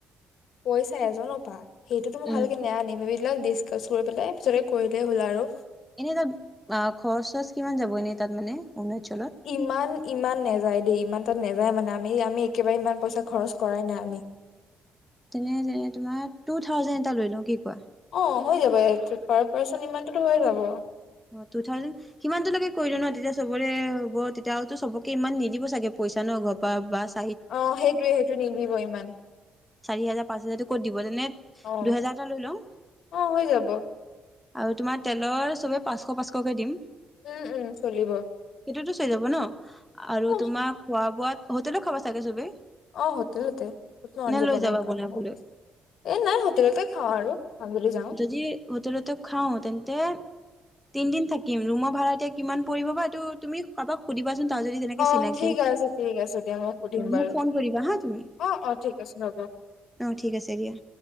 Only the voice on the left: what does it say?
পইচা এজনৰ পা সেইটো মই
ভালকে নিয়া নিবিলাক দি- কচ কৰি পেলাই পিছতে কৰিলেই হ'ল আৰু-
ইমান ইমান নেযায় দেই ইমান তাত নাযায় মানে আমি আমি একেবাৰে ইমান পইচা খৰচ কৰাই নাই আমি
অ হৈ যাব পাৰ পাৰ্চন ইমানটোতো হৈ যাব
অ সেইটোৱে সেইটো নিদিব ইমান
অ
অ হৈ যাব
উম উম চলিব
অ
অ হোতলতে ত মঞ্জী
বনাই
কৰা
এ নাই হোটেলতে খাওঁ আৰু আবেলি যাওঁ
অ
ঠিক আছে ঠিক আছে দিয়া মই সুধিম বাৰু
অ অ ঠিক আছে ৰ'ব